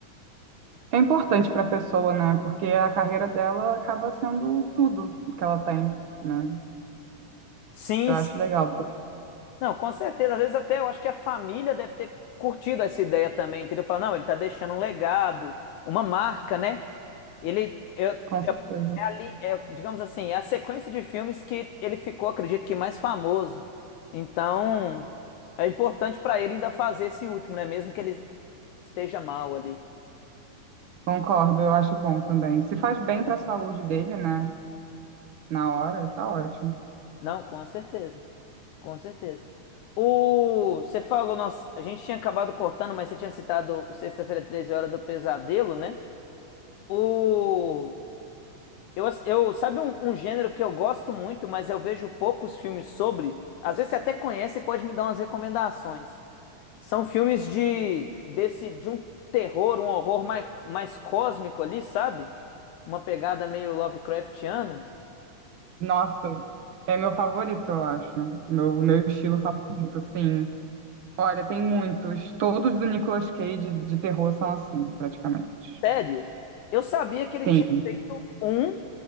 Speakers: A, on the right (about 70°); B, on the left (about 75°).
A: É importante para a pessoa, né? Porque a carreira dela acaba sendo tudo que ela tem, né?
B: Sim,
A: Eu acho legal,
B: Não, com certeza. Às vezes até eu acho que a família deve ter curtido essa ideia também, entendeu? Falar, não, ele tá deixando um legado, uma marca, né? Ele eu-
A: com certeza.
B: é ali, é, digamos assim, é a sequência de filmes que ele ficou, acredito que mais famoso. Então, é importante pra ele ainda fazer esse último, né? Mesmo que ele esteja mal ali.
A: Concordo, eu acho bom também. Se faz bem para a saúde dele, né? Na hora, tá ótimo.
B: Não, com certeza. Com certeza. O, você falou, nós, a gente tinha acabado cortando, mas você tinha citado o Sexta-feira, treze Hora do Pesadelo, né? O Eu, ass- eu sabe um, um gênero que eu gosto muito, mas eu vejo poucos filmes sobre. Às vezes você até conhece e pode me dar umas recomendações. São filmes de desse de um terror, um horror mais, mais cósmico ali, sabe? Uma pegada meio Lovecraftiana.
A: Nossa, é meu favorito, eu acho. Meu, meu estilo favorito, sim. Olha, tem muitos. Todos do Nicolas Cage de terror são assim, praticamente.
B: Sério? Eu sabia que ele
A: Sim.
B: tinha feito um